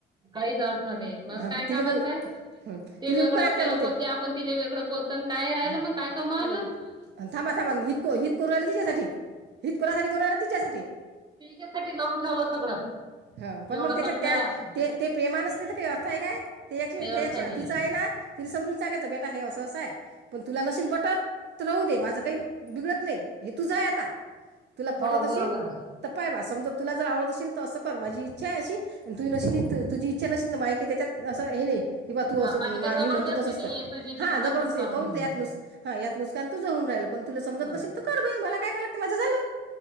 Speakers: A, on the right (about 20°); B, on the right (about 60°).
A: काहीच अर्थ नाही मग
B: हा
A: काय
B: तिले
A: कामाचं
B: का
A: आहे.
B: ह
A: ते
B: तिले
A: वेगळं
B: उपकार आहेत
A: आपल्याला
B: का मग
A: बोलते
B: ते
A: आपण तिला वेगळं बोलतो आणि काय राहिलं
B: हा
A: मग काय कमावलं.
B: अ थांबा थांमा हित हित करूला तिच्यासाठी हितकुरासाठी करूय ना तिच्यासाठी
A: ठीक आहेथटि लावून ठेवलं सगळं
B: ह पण
A: एवढं
B: मग त्याच्या
A: समजा
B: त्या ते ते प्रेमानच नाही तर काही अर्थ आहे काय ते ते
A: काही अर्थ नाहीये.
B: तिचं आहे ना तिने समजून सांगायचं बेटा हे असं असं आहे पण तुला नशीन पटत तर राहू दे माझं काही बिघडत नाही हे तुझं आहे आता तुला पटत
A: हो
B: असेल
A: बरोबर आहे.
B: तर पाय बा समजा तुला जर आवडत असेल तर असं माझी इच्छा आहे अशी तु नस तुझी इच्छा नसेील तर मा का त्याच्यात असं हे नाही कि बा तू
A: हा
B: असं
A: माझी काही
B: मी
A: जबरदस्ती
B: म्हणतो तसंच
A: नाहीये
B: कर
A: तुझी
B: हा
A: की तू
B: जबरदस्ती
A: तसंच कर
B: करून
A: म्हणून.
B: यात नुस हा यात नुसकान तूझऊन राहिला पण तुला समजत
A: तुझं होतंय.
B: नसल तर कर मला काय ते माझं झालं